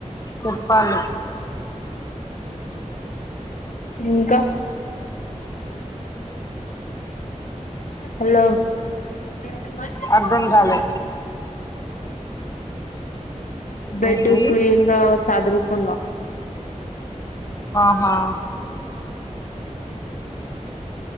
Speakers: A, on the left (about 25°); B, on the left (about 85°).
A: చొప్పలి
B: ఇంక హలో స మా
A: అర్ధం కాలే
B: బెడ్
A: ఏంటి
B: క్లీన్ గా సదురుకున్న
A: ఆహా